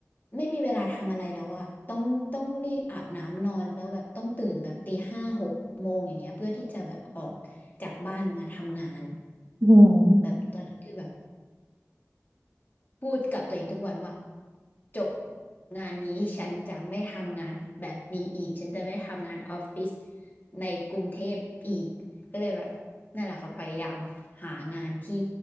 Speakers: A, on the left; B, on the right.
A: ไม่มีเวลาทำอะไรแล้วอะต้องต้องรีบอาบน้ำนอนแล้วแบบต้องตื่นแบบตีห้าหกโมงอย่างเงี้ยเพื่อที่จะแบบออกจากบ้านมาทำงาน
B: <laughs> อืม
A: แบบตอนนั้นคือแบบ พูดกับตัวเองทุกวันว่าจบงานนี้ฉันจะไม่ทำงานแบบนี้อีกฉันจะไม่ทำงานออฟฟิศในกรุงเทพอีกก็เลยแบบนั่นแหละค่ะพยายามหางานที่